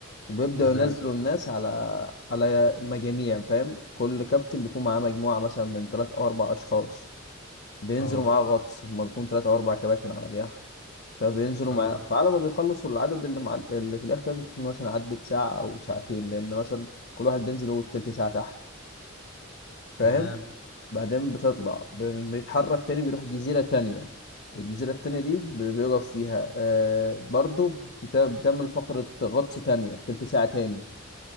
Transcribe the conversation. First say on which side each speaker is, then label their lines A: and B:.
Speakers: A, on the left; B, on the left.
A: وبيبدأوا
B: تمام
A: ينزلوا الناس على على مجاميع فاهم كل كابتن بيكون معاه مجموعة مثلا من تلات أو أربع أشخاص بينزلوا
B: اه
A: معاه غطس هما بيكون تلات أو أربع كباتن على اليخت فبينزلوا
B: اه
A: معاه فعلى ما بيخلصوا العدد اللي مع اللي في اليخت ده بيكون مثلا عدت ساعة أو ساعتين لأن مثلا كل واحد بينزل هو التلت ساعة تحت فاهم
B: تمام
A: بعدين بتطلع ب- بيتحرك تاني بيروح جزيرة تانية الجزيرة التانية دي ب- بيقف فيها آه برضو بت- بتعمل فقرة غطس تانية تلت ساعة تاني